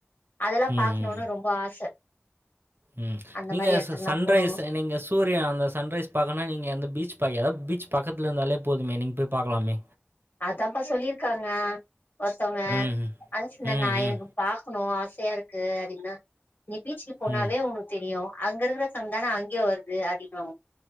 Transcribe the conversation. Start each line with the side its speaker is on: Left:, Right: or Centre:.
Left: அதெல்லா
Right: ம்,
Left: பாக்கணுனு
Right: ம்,
Left: ரொம்ப ஆச
Right: ம்
Left: அந்த
Right: நீங்க
Left: மாரி எடத்துக்குல்லா
Right: ச சன்ரைஸ்
Left: போணு
Right: நீங்க சு சூரிய அந்த சன்ரைஸ் பாக்குன்னா நீங்கவந்து பீச் பக் அதாவது பீ பக்கத்தில இருந்தாலே போதுமே நீங்கள் போய்‌ பாக்கலாமே
Left: அதாப்பா சொல்லியிருக்காங்க ஒருத்தங்க
Right: ம், ம்,
Left: அது சின்ன
Right: ம்,
Left: நாயம்
Right: ம்,
Left: பாக்கணு ஆசையா இருக்கு அப்படின்னுனா நீ பீச்சுக்கு போனாவே
Right: ம்.
Left: உனக்கு பா தெரியு அங்க இருக்கிற சன் தானே அங்கயு வருது அப்படின்னுவாங்க